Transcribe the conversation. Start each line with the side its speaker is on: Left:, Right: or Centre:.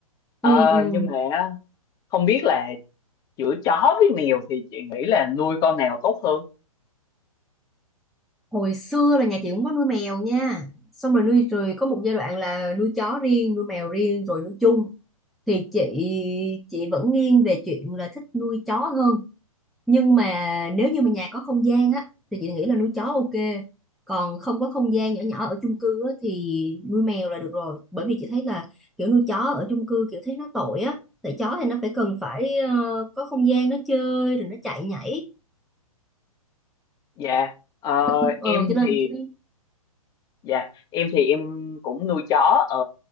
Left: Ờ,
Centre: Ừ ừ.
Left: nhưng mà không biết là giữa chó với mèo thì chị nghĩ là nuôi con nào tốt hơn?
Centre: Hồi xưa là nhà chị cũng có nuôi mèo nha. Xong rồi nuôi rồi có một giai đoạn là nuôi chó riêng, nuôi mèo riêng rồi nuôi chung. Thì chị chị vẫn nghiêng về chuyện là thích nuôi chó hơn. nhưng mà nếu như mà nhà có không gian á thì chị nghĩ là nuôi chó ok còn không có không gian nhỏ nhỏ ở chung cư á, thì nuôi mèo là được rồi bởi vì chị thấy là kiểu nuôi chó ở chung cư kiểu thấy nó tội á tại chó thì nó phải cần phải ờ, có không gian nó chơi rồi nó chạy nhảy
Left: Dạ, ờ,
Centre: ừ
Left: em
Centre: cho nên
Left: thì
Centre: chị thấy
Left: Dạ, em thì em cũng nuôi chó ở